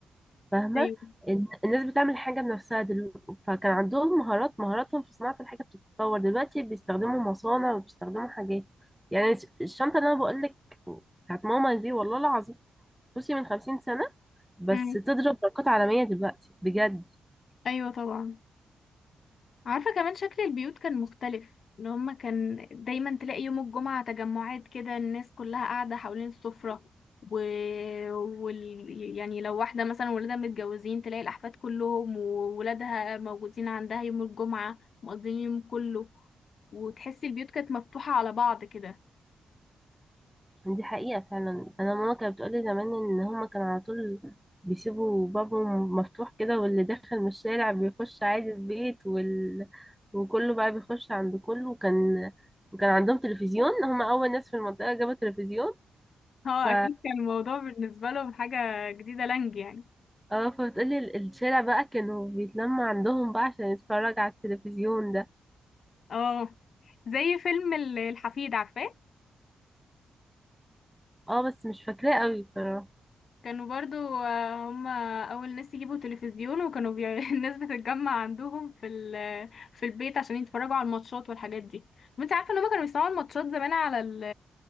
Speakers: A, in the centre; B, on the left.
A: فاهمة
B: ايوه
A: الن- الناس بتعمل حاجة بنفسها دلوقتي فكان عندهم مهارات مهاراتهم في صناعة الحاجة بتتطور دلوقتي بيستخدموا مصانع وبيستخدموا حاجات يعني الش- الشنطة اللي أنا بقولك بتاعت ماما دي والله العظيم بصي من خمسين سنة بس
B: مم.
A: تضرب برقات عالمية دلوقتي بجد
B: ايوه طبعا عارفة كمان شكل البيوت كان مختلف اللي هما كان دايما تلاقي يوم الجمعة تجمعات كده الناس كلها قاعدة حوالين السفرة و... وال... يعني لو واحدة مثلا ولادها متجوزين تلاقي الأحفاد كلهم وولادها موجودين عندها يوم الجمعة مقضيين اليوم كله وتحسي البيوت كانت مفتوحة على بعض كده <laughs>
A: دي حقيقة فعلا أنا ماما كانت بتقولي زمان إن هما كانوا على طول بيسيبوا بابهم مفتوح كده واللي داخل من الشارع بيخش عادي البيت وال... وكله بقى بيخش عند كله وكان وكان عندهم تلفزيون هما أول ناس في المنطقة جابوا تلفزيون
B: اه
A: ف
B: أكيد كان الموضوع بالنسبة لهم حاجة جديدة لانج يعني
A: اه فبتقولي ال- الشارع بقى كانوا بيتلمع عندهم بقى عشان يتفرج على التلفزيون ده
B: اه زي فيلم ال- الحفيد عارفاه
A: اه بس مش فاكراه قوي بصراحة
B: كانوا برضو آه، هم اول ناس يجيبوا تلفزيون وكانوا بي... <laughs> الناس بتتجمع عندهم في ال... في البيت عشان يتفرجوا على الماتشات والحاجات دي وانت عارفه ان هم كانوا بيسمعوا الماتشات زمان على ال...